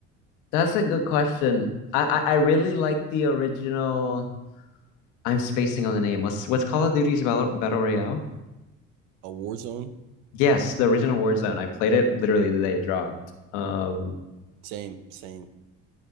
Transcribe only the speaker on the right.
A Warzone.
Same, same,